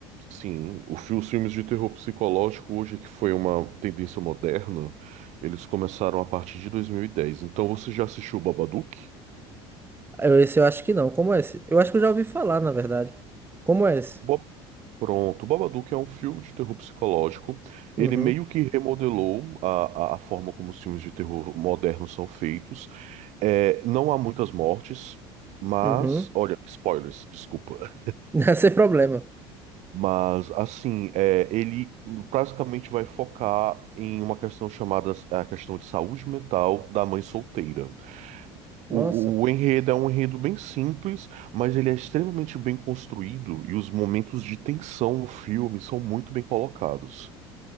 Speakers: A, on the right; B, on the right.
A: sim, o fi- os filmes de terror psicológico hoje que foi uma tendência moderna, eles começaram a partir de 2010. Então você já assistiu Babadook?
B: Eu- Esse eu acho que não. Como é esse? Eu acho que eu já ouvi falar, na verdade. Como é esse?
A: Bob... Pronto, Babadook é um filme de terror psicológico.
B: Uhum,
A: Ele meio que remodelou a, a, a forma como os filmes de terror modernos são feitos. É, não há muitas mortes, mas.
B: uhum.
A: Olha, spoilers, desculpa.
B: <laughs> Não é Sem problema.
A: Mas, assim, é, ele basicamente vai focar em uma questão chamada é, a questão de saúde mental da mãe solteira. O,
B: Nossa,
A: o enredo é um enredo bem simples, mas ele é extremamente bem construído e os momentos de tensão no filme são muito bem colocados.